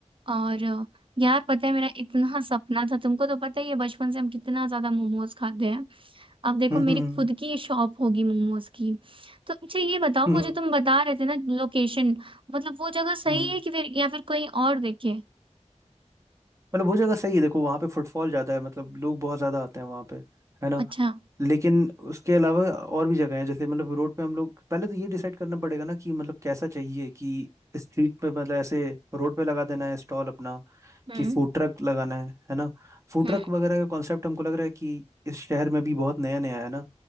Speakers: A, on the right; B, on the right.
A: और अ, यार पता है मेरा इतना सपना था तुमको तो पता ही है बचपन से हम कितना ज्यादा मोमोज खाते हैं अब देखो
B: हम्म
A: मेरी
B: हम्म
A: खुद की शॉप होगी मोमोज की तो अच्छा ये बताओ
B: हम्म,
A: वो
B: हम्म,
A: जो
B: हम्म।
A: तुम बता रहे थे ना लोकेशन मतलब वो जगह सही
B: हम्म।
A: है कि फिर या फिर कोई और देखे
B: मतलब वो जगह सही है देखो वहाँ पे फुटफॉल ज़्यादा है मतलब लोग बहुत ज़्यादा आते हैं वहाँ पे है ना
A: अच्छा
B: लेकिन उसके अलावा और भी जगह है जैसे मतलब रोड पे हम लोग पहले तो ये डिसाइड करना पड़ेगा ना कि मतलब कैसा चाहिए कि स्ट्रीट पे मतलब ऐसे रोड पे लगा देना है स्टॉल अपना
A: हम्म
B: कि फूड ट्रक लगाना है है ना फूड
A: हम्म
B: ट्रक वगैरह का कॉन्सेप्ट हमको लग रहा है कि इस शहर में भी बहुत नया नया है ना